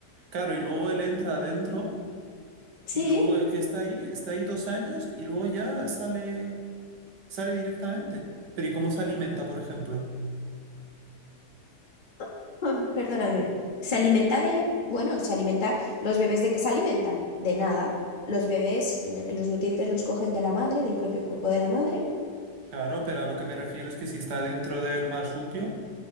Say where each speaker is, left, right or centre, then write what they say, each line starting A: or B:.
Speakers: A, on the right (about 85°); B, on the left (about 35°).
A: claro, y luego él entra adentro
B: Sí.
A: y luego eh, que está ahí, está ahí dos años y luego ya sale, sale directamente. Pero ¿y cómo se alimenta, por ejemplo?
B: <laughs> Mm, Perdóname. Se alimenta de, bueno, se alimenta, los bebés de qué se alimentan? De nada. Los bebés, mm, los nutrientes los cogen de la madre, del propio cuerpo de la madre.
A: Claro, pero a lo que me refiero es que si está dentro del marsupio,